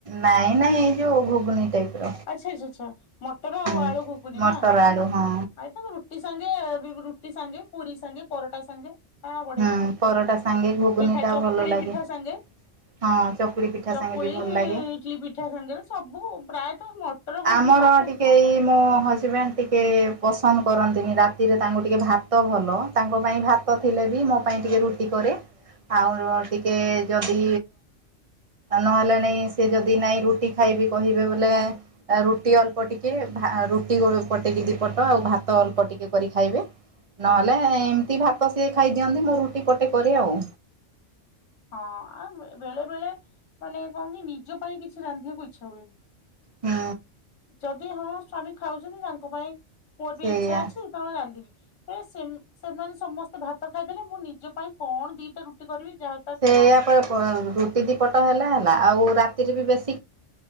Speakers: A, on the right; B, on the left.
A: ନାଇଁ ନାଇଁ ଏଇ ଯୋଉ ଘୁଗୁନି ଟାଇପ ର
B: ଆଚ୍ଛା ଆଚଛା ଆଚଛା। ମଟର ଆଉ
A: ହୁଁ
B: ଆଳୁ ଘୁଗୁନି
A: ମଟର
B: ନା,
A: ଆଳୁ ହଁ
B: ଏଟା ରୁଟି ସାଙ୍ଗେ ଟି ସାଙ୍ଗେ ପୁରୀ ସାଙ୍ଗେ ପରଟା ସାଙ୍ଗେ ତା ବଢିଆ
A: ହୁଁ
B: ଲାଗିବ,
A: ପରଟା ସାଙ୍ଗେ ଘୁଗୁନି
B: ପିଠା
A: ଟା
B: ଚକୁଳି
A: ଭଲ ଲାଗେ
B: ପିଠା ସାଙ୍ଗେ
A: ହଁ ଚକୁଳି ପିଠା
B: ଚକୁଳି
A: ସାଙ୍ଗେ ବି ଭଲ ଲାଗେ
B: ଇଟଲି ପିଠା ସାଙ୍ଗରେ ସବୁ ପ୍ରାୟ <inaudible>
A: ଆମର
B: ଟା
A: ଟିକେ ଏଇ ମୋ ହଜବେଣ୍ଡ ଟିକେ ପସନ୍ଦ କରନ୍ତିନି ରାତିରେ ତାଙ୍କୁ ଟିକେ ଭାତ ଭଲ ତାଙ୍କ ପାଇଁ ଭାତ ଥିଲେ ବି ମୋ ପାଇଁ ଟିକେ ରୁଟି କରେ ଆଉ ଟିକେ ଯଦି ନହେଲେ ନାଇଁ ସେ ଯଦି ନାଇଁ ରୁଟି ଖାଇବି କହିବେ ବୋଲେ ରୁଟି ଅଳ୍ପ ଟିକେ ଭା ରୁଟି ପଟେଇକି ଦି ପଟ ଆଉ ଭାତ ଅଳ୍ପ ଟିକେ କରି ଖାଇବେ ନହେଲେ ଏମିତି ଭାତ ସିଏ ଖାଇଦିଅନ୍ତି ମୁଁ ରୁଟି ପଟେ କରେ ଆଉ।
B: ହଁ ଆଉ ବେଳେ ବେଳେ ମାନେ କଣ କି ନିଜ ପାଇଁ କିଛି ରାନ୍ଧିବାକୁ ଇଚ୍ଛା ହୁଏନି।
A: ହୁଁ
B: ଚଦ୍ ଯଦି ହଁ ସ୍ଵାମୀ ଖାଉଛନ୍ତି ତାଙ୍କ ପାଇଁ ମୋର ବି
A: ସେଇଆ।
B: ଇଚ୍ଛା ଅଛି ତା ମାନେ ରାନ୍ଧିବି। ହେ ସେ ସେମାନେ ସମସ୍ତେ ଭାତ ଖାଇଦେଲେ ମୁଁ ନିଜ ପାଇଁ କଣ ଦିଟା ରୁଟି କରିବି ଯାହା ତାହା
A: ସେୟା
B: ଖାଇଦିଏ।
A: ପର ପର ରୁଟି ଦି ପଟ ହେଲେ ହେଲା। ଆଉ ରାତିରେ ବି ବେଶ୍